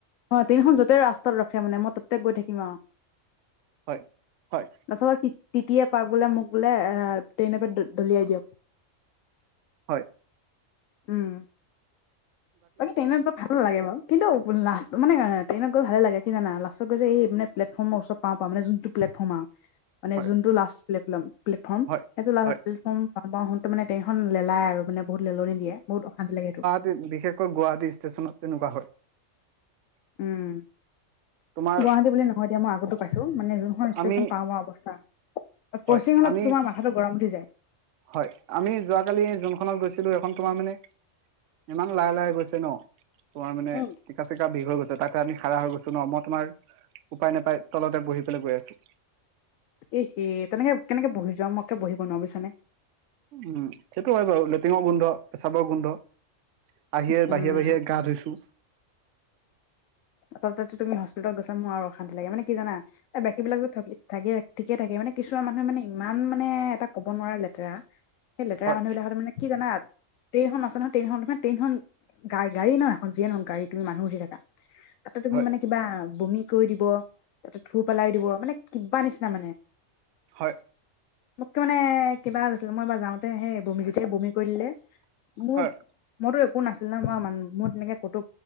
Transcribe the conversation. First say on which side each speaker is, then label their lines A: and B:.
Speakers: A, on the left (about 85°); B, on the right (about 75°).
A: অ ট্ৰেনখন য'তেই ৰাস্তাত ৰখে মান মই ততে গৈ থাকিম আও।
B: হয় হয়।
A: <inaudible> তিয় তিতিয়ে পাক বোলে মোক বোলে ট্ৰেইনে পৰা দলিয়াই দিয়ক।
B: হয়।
A: উম বাকী ট্ৰেনত গৈ ভাল লাগে বাৰু কিন্তু লাষ্ট। মানে আ ট্ৰেইনত গৈ ভালে লাগে কি জানা লাষ্টত গৈ যে এই মানে প্লেটফৰ্মৰ ওচৰত পাওঁ পাওঁ মানে যোনটো প্লেটফৰ্ম আও। মানে
B: হয়
A: যোনটো লাষ্ট্ প্লেটপ্লম প্লেটফৰ্ম
B: হয়
A: সেইটো লাষ্ট।
B: হয়
A: প্লেটফৰ্ম পাওঁ পাওঁ হওতে মানে টেইনখন লেলাই আৰু মানে বহুত লেলনি দিয়ে বহুত অশান্তি লাগে সেইটো।
B: তে বিশেষকৈ গুৱাহাটী ষ্টেচনত তেনেকুৱা হয়।
A: উম।
B: তোমাৰ
A: গুৱাহাটী বুলি নহয় দিয়া মই আগতো পাইছো মানে যোনখন ষ্টেচন
B: আমি
A: পাওঁ পাওঁ অৱস্থা। আ কৰ্চিং
B: হয়
A: হলেতো
B: আমি
A: তোমাৰ মাথাটো গৰম উঠি যায়।
B: হয় আমি যোৱাকালি যোনখনত গৈছিলো এইখন তোমাৰ মানে ইমান লাহে লাহ। গৈছে ন তোমাৰ মানে
A: উম
B: টিকা চিকা বিষ হৈ গৈছে তাতে আমি খাৰা হৈ গৈছো ন মই তোমাৰ। উপায় নাপাই তলতে বহি পেলাই গৈ আছোঁ।
A: এ হে তেনেকে কেনেকে বহি যোৱা মোই একে বহিব নোৱাৰো বুজিছানে।
B: উম সেইটো হয় বাৰু লেটিঙৰ গোন্ধ পচাবৰ গোন্ধ। আহিয়েই
A: উম
B: বাহিৰে বাহিৰে গা ধুইছো।
A: তাতে টো তুমি হস্পিলত গৈছা মোৰ আৰু অশান্তি লাগে মানে কি জানা। এ বাকী বিলাক যে থাকে ঠিকে থাকে মানে কিছুমান মানুহে মানে ইমান মানে এটা ক'ব নোৱাৰা লেতেৰা। সেই লেতেৰা
B: হয়
A: মানুহ বিলাক মানে কি জানা। টেইনখন আছে নহয় ট্ৰেইনখন তোমাৰ ট্ৰেইনখন গা গাড়ী ন এখন যিয়ে নহক গাড়ী তুমি মানুহ উঠি থাকা। তাতে তুমি
B: হয়
A: মানে কিবা বমি কৰি দিব তাতে থু পেলাই দিব মানে কিবা নিচিনা মানে।
B: হয়।
A: মোককে মানে কিবা হৈ গৈছিলো। মই এইবাৰ যাওঁতে সেই বমি যেতিয়া বমি কৰি দিলে মোক
B: হয়
A: মইতো একো নাছিল না মই মান মোৰ তেনেকে ক'তো